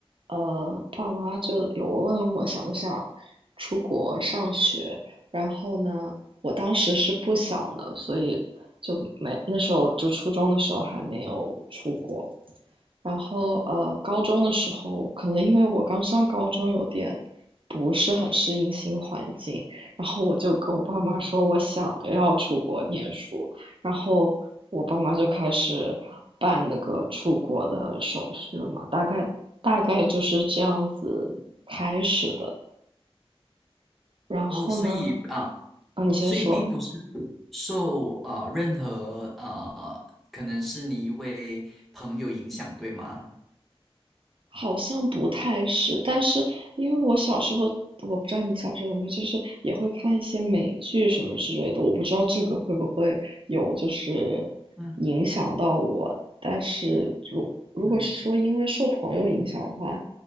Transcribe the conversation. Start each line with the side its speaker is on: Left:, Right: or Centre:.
Right: 呃，爸爸妈妈就有问我想不想出国上学，然后呢，我当时是不想的，所以就没，那时候就初中的时候还没有出国。然后呃，高中的时候，可能因为我刚上高中，有点不是很适应新环境，然后我就跟我爸妈说我想要出国念书，
Centre: 嗯，
Right: 然后我爸妈就开始办那个出国的手续了嘛，大概大概就是这样子开始的。然后呢，
Centre: 哦，所以啊。
Right: 啊，你先说。
Centre: 所以并不是受啊任何啊可能是你一位朋友影响，对吗？
Right: 好像不太是，但是因为我小时候，我不知道你小时候有没有，就是也会看一些美剧什么之类的，我不知道这个会不会有就是影响到我，
Centre: 嗯
Right: 但是如如果是说因为受朋友影响的话，
Centre: 嗯，